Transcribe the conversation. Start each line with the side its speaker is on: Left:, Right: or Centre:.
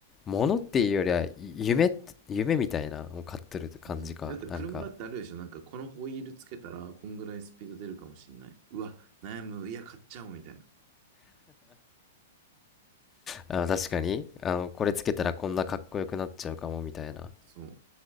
Left: 物っていうよりはゆ夢って夢みたいなを買ってるって感じかなんか
Right: うん。だって車だってあるでしょ。なんかこのホイールつけたら、こんぐらいスピード出るかもしれない。うわ、悩む。いや、買っちゃおうみたいな。
Left: あー確かにあのこれつけたらこんなかっこよくなっちゃうかもみたいな
Right: そう。